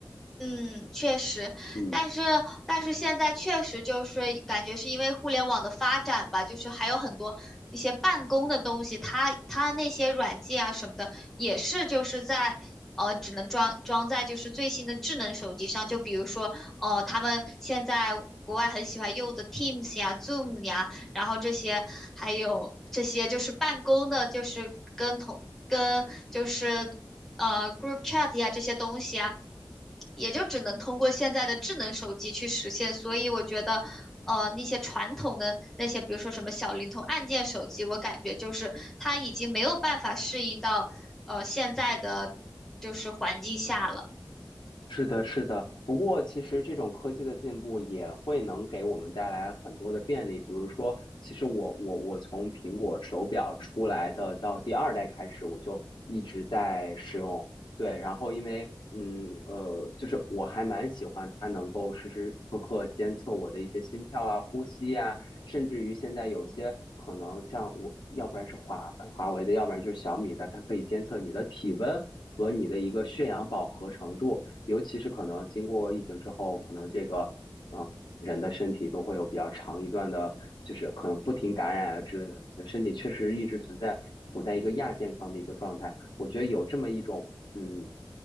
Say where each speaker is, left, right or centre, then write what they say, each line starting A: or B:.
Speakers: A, in the centre; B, on the left.
A: 嗯，确实，
B: 嗯。
A: 但是但是现在确实就是感觉是因为互联网的发展吧，就是还有很多一些办公的东西，它它那些软件啊什么的，也是就是在呃只能装装在就是最新的智能手机上，就比如说呃他们现在国外很喜欢用的 Teams 呀、Zoom 呀，然后这些还有这些就是办公的，就是跟同跟就是呃 group chat 呀这些东西啊。也就只能通过现在的智能手机去实现。所以我觉得，呃，那些传统的那些，比如说什么小灵通、按键手机，我感觉就是它已经没有办法适应到呃现在的就是环境下了。
B: 是的，是的。不过，其实这种科技的进步也会能给我们带来很多的便利。比如说，其实我我我从苹果手表出来的到第二代开始，我就一直在使用对，然后因为嗯呃，就是我还蛮喜欢它能够时时刻刻监测我的一些心跳啊、呼吸呀、甚至于现在有些可能像我，要不然是华呃华为的，要不然就是小米的，它可以监测你的体温和你的一个血氧饱和程度，尤其是可能经过疫情之后，可能这个嗯人的身体都会有比较长一段的，就是可能不停感染啊之类的，你的身体确实一直存在处在一个亚健康的一个状态。我觉得有这么一种嗯，